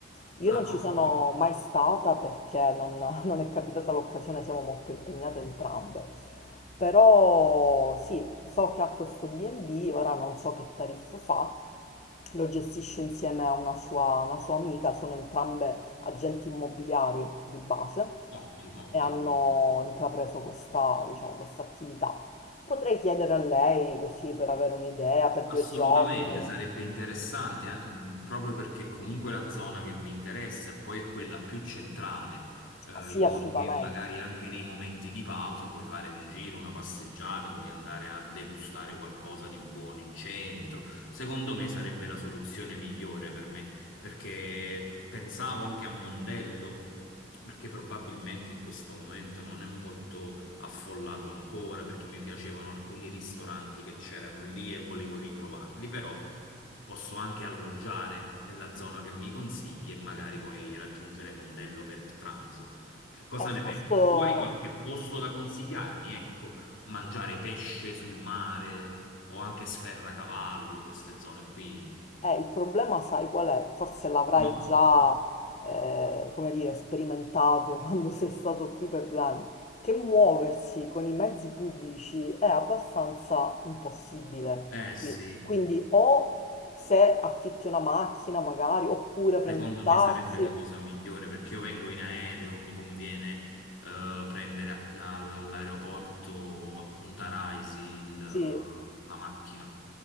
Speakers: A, on the left; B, on the left.
A: Io
B: Ah,
A: non ci
B: ottimo,
A: sono mai stata perché non, <laughs> non è capitata l'occasione, siamo molto impegnate entrambe. Però sì, so che ha questo B&B, ora non so che tariffe fa, lo gestisce insieme a una sua, una sua amica, sono entrambe agenti immobiliari di base
B: ottimo, ottimo.
A: e hanno intrapreso questa, diciamo, questa attività. Potrei chiedere a lei così per avere un'idea per due
B: Assolutamente,
A: giorni.
B: sarebbe interessante, eh, mh, proprio perché comunque è la zona che mi interessa e poi è quella più centrale, eh,
A: Ah, Sì,
B: in modo
A: assolutamente.
B: che magari anche nei momenti di pausa puoi fare un giro, una passeggiata, puoi andare a degustare qualcosa di buono in centro. Secondo me sarebbe la soluzione migliore per me, perché pensavo anche a Mondello, perché probabilmente in questo momento non è molto affollato ancora perché mi piacevano alcuni ristoranti che c'erano lì e volevo riprovarli, però posso anche alloggiare nella zona che mi consigli e magari poi raggiungere Mondello per il pranzo. Che cosa
A: Eh,
B: ne
A: questo
B: pensi? Tu hai qualche posto da consigliarmi? Ecco, mangiare pesce sul mare o anche Sferracavallo, queste zone qui?
A: è il problema, sai qual è? Forse l'avrai
B: No.
A: già, eh, come dire, sperimentato <laughs> quando sei stato qui per due anni, che muoversi con i mezzi pubblici è abbastanza impossibile
B: Eh sì.
A: qui. Quindi o se affitti una macchina magari, oppure prendi
B: Secondo
A: un taxi.
B: me sarebbe la cosa migliore perché io vengo in aereo, mi conviene eh, prendere a- all- all'aeroporto a Punta Raisi il- la
A: Sì,
B: macchina.